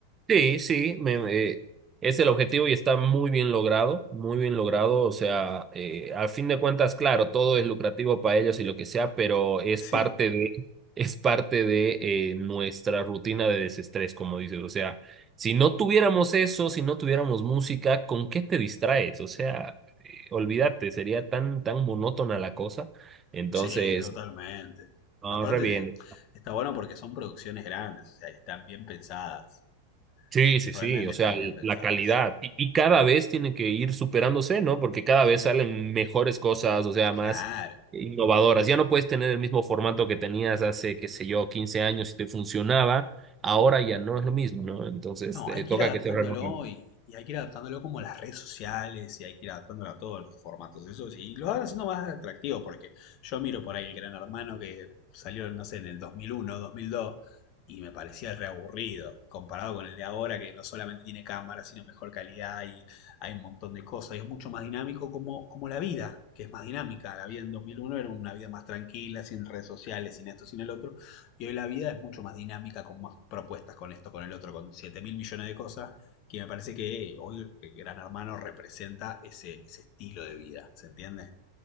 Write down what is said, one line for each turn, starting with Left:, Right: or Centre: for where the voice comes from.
Right: Sí, sí, me- me- es el objetivo y está muy bien logrado, muy bien logrado. O sea, eh, a fin de cuentas, claro, todo es lucrativo para ellos y lo que sea, pero es
Left: Sí.
Right: parte de, <laughs> es parte de eh, nuestra rutina de desestrés, como dices. O sea, si no tuviéramos eso, si no tuviéramos música, ¿con qué te distraes? O sea, eh, olvídate, sería tan, tan monótona la cosa. Entonces,
Left: Sí, totalmente.
Right: no,
Left: Aparte
Right: re bien.
Left: de, está bueno porque son producciones grandes, o sea, están bien pensadas.
Right: Sí, sí,
Left: Realmente
Right: sí, o
Left: están
Right: sea, l-
Left: bien pensadas.
Right: la calidad. Y, y cada vez tiene que ir superándose, ¿no? Porque cada vez salen mejores cosas, o sea,
Left: Claro.
Right: más innovadoras. Ya no puedes tener el mismo formato que tenías hace, qué sé yo, 15 años y te funcionaba. Ahora ya no es lo mismo, ¿no? Entonces,
Left: No,
Right: eh,
Left: hay que
Right: toca
Left: ir adaptándolo
Right: que se renueve.
Left: y, y hay que ir adaptándolo como a las redes sociales y hay que ir adaptándolo a todos los formatos esos y lo van haciendo más atractivo porque yo miro por ahí el Gran Hermano que salió, no sé, en el 2001, 2002 y me parecía reaburrido comparado con el de ahora que no solamente tiene cámara sino mejor calidad y hay un montón de cosas y es mucho más dinámico como, como la vida, que es más dinámica. La vida en 2001 era una vida más tranquila, sin redes sociales, sin esto, sin el otro y hoy la vida es mucho más dinámica, con más propuestas, con esto, con el otro, con 7 mil millones de cosas, que me parece que hoy el Gran Hermano representa ese, ese estilo de vida, ¿se entiende?